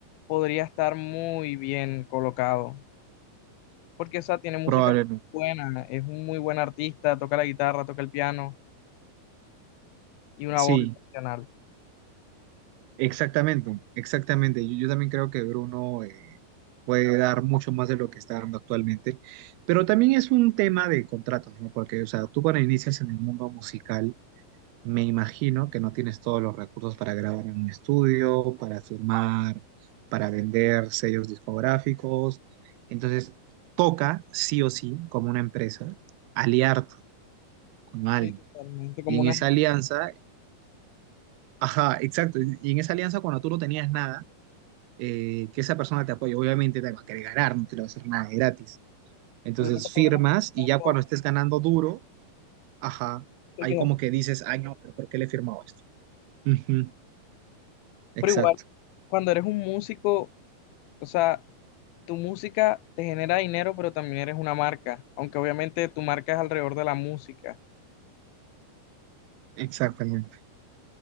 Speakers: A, on the left (about 80°); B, on the right (about 85°).
A: podría estar muy bien colocado, porque, o sea, tiene música
B: Probablemente.
A: buena, es un muy buen artista, toca la guitarra, toca el piano y una
B: Sí,
A: voz excepcional.
B: exactamente, exactamente. Yo, yo también creo que Bruno eh, puede dar mucho más de lo que está dando actualmente, pero también es un tema de contratos, ¿no? Porque, o sea, tú cuando inicias en el mundo musical, Me imagino que no tienes todos los recursos para grabar en un estudio, para firmar, para vender sellos discográficos. Entonces, toca sí o sí, como una empresa, aliarte con alguien.
A: Sí, totalmente, como
B: Y en
A: una...
B: esa alianza, ajá, exacto. Y y en esa alianza, cuando tú no tenías nada, eh, que esa persona te apoye, obviamente te va a querer ganar, no te lo va a hacer nada gratis. Entonces,
A: El único
B: firmas
A: problema es
B: y
A: que
B: ya
A: todo
B: cuando estés ganando duro, ajá,
A: se
B: ahí
A: quedan-
B: como que dices, ay, no, pero ¿por qué le he firmado esto? Ujú, exacto.
A: Pero igual, cuando eres un músico o sea, tu música te genera dinero, pero también eres una marca, aunque obviamente tu marca es alrededor de la música.
B: Exactamente,